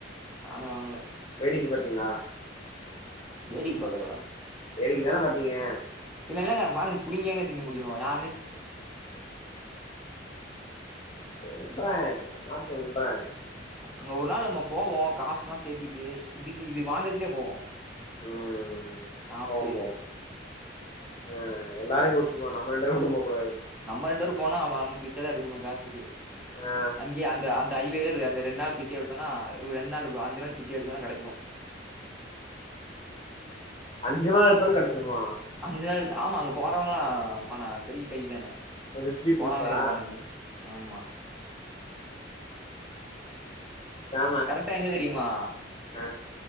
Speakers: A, in the centre; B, on the left.
A: வாங்கல வாங்கல
B: வேடிக்கை பாத்தீங்களா
A: வேடிக்கை பாக்கறதா
B: வேடிக்கைதானே பாத்தீங்க
A: இல் இல்லங்க வாங்கி புடிங் திங்க முடியும் யா
B: சொல்றே சும்மா சொல்றே
A: அங்க ஒரு நாள் நம்ம போவோ காஸ்லா சேத்திட்டு இதுக்கு இது வாங்றக்குனே போவோ
B: ம்
A: சாப்ட்டு
B: போவோ போவோ ஆ எல்லாரையு கூட்ரு போ நம்ம ரெண்டு பேரு மட்டு போப்பிடாது
A: நம்ம ரெண்டு பேரு போனா அவ அவ பிச்ச தா எடுக்குணு காசுக்கு
B: ஆ
A: அங்கே அந்த ஹைவேலே ரெ ரெண்டு நாள் பிச்ச எடுத்தோனா ஒரு ரெண்டு நாள் ஒரு அஞ்ச நாள் பிச்ச எடுத்தா தா கெடைக்கு
B: அஞ்சி நாள் எடுத்தாலு கெடச்சிருமா
A: அஞ்சு நாள் ஆமா அங்க போறவங்களா எல்லா பண பெரிய கை தான
B: ரிச் பீப்புள்ஸா
A: போடாமயா இருப்பானுங்க ஆமா
B: பேசாம
A: கரெக்ட்டா எங்க தெரியுமா?
B: ஆ